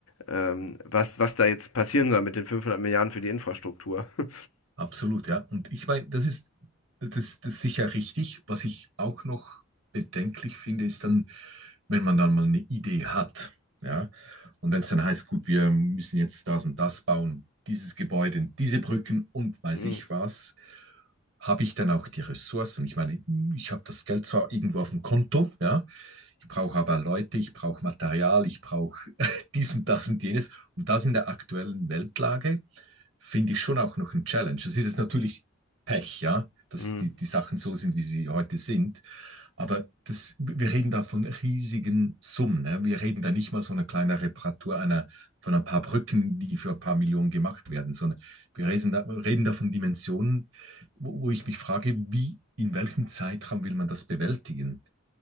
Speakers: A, on the left (about 80°); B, on the right (about 65°).
A: ähm, was, was da jetzt passieren soll mit den 500 Milliarden für die Infrastruktur. <laughs>
B: Absolut, ja. Und ich meine, das ist, das, das ist sicher richtig. Was ich auch noch bedenklich finde, ist dann, wenn man dann mal eine Idee hat, ja. Und wenn es dann heißt, gut, wir müssen jetzt das und das bauen, dieses Gebäude, diese Brücken und weiß
A: Hm,
B: ich was. habe ich dann auch die Ressourcen? Ich meine, ich habe das Geld zwar irgendwo auf dem Konto, ja, ich brauche aber Leute, ich brauche Material, ich brauche <laughs> dies und das und jenes. Und das in der aktuellen Weltlage finde ich schon auch noch ein Challenge. Das ist jetzt natürlich Pech, ja, dass
A: hm,
B: die, die Sachen so sind, wie sie heute sind. Aber das, wir reden da von riesigen Summen. Ne? Wir reden da nicht mal so eine kleine Reparatur einer, von ein paar Brücken, die für ein paar Millionen gemacht werden, sondern wir reden da, reden da von Dimensionen, wo, wo ich mich frage, wie, in welchem Zeitraum will man das bewältigen?